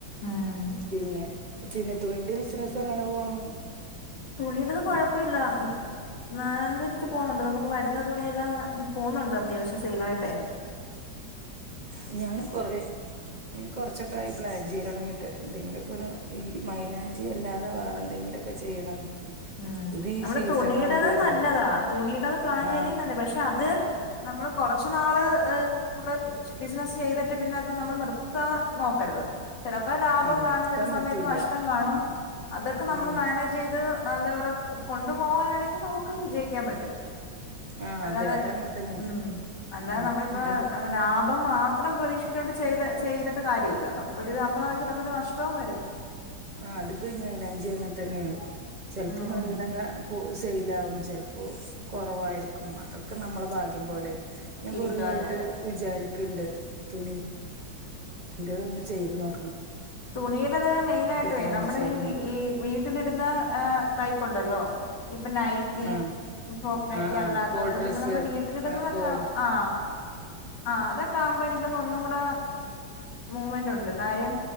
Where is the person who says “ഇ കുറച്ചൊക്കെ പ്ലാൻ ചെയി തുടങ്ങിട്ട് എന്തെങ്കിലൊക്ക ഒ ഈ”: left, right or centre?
Right